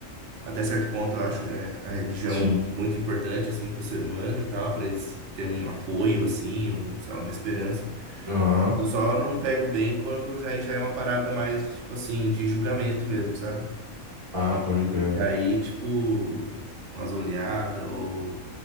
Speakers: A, on the right; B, on the right.
A: Até certo ponto, eu acho é, a religião
B: sim.
A: muito importante, assim, para o ser humano e tal, para ele se- ter um apoio, assim, ou, sei lá, uma esperança.
B: Ah,
A: Eu só não pego bem quando já, aí já é uma parada mais, tipo assim, de julgamento mesmo, sabe?
B: Ah, pode crer.
A: Aí, tipo, umas olhadas, ou,